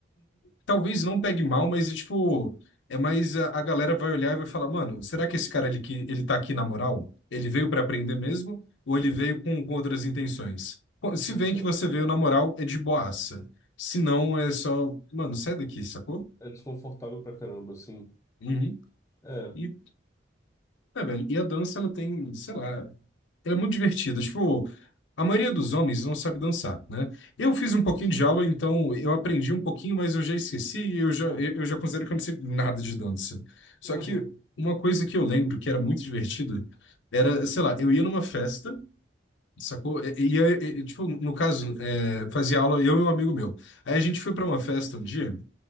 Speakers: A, on the left; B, on the left.
A: Talvez não pegue mal, mas é tipo, é mais a, a galera vai olhar e vai falar, mano, será que esse cara ele, que- ele tá aqui na moral? Ele veio pra aprender mesmo? Ou ele veio com, com outras intenções? Pô, Se
B: Entendo.
A: vem que você veio na moral, é de boaça. Se não, é só, mano, sai daqui, sacou?
B: É desconfortável pra caramba, assim.
A: Uhum.
B: É,
A: E, é, velho, e a dança, ela tem, sei lá, Ela é muito divertido. Tipo, a maioria dos homens não sabe dançar, né? Eu fiz um pouquinho
B: sim.
A: de aula, então eu aprendi um pouquinho, mas eu já esqueci e eu já, eu eu já considero que eu não sei nada de dança. Só
B: Aham.
A: que uma coisa que eu lembro que era muito divertida era, sei lá, eu ia numa festa, sacou? E, e- e- e, tipo, no caso, é, fazia aula eu e um amigo meu. Aí a gente foi pra uma festa um dia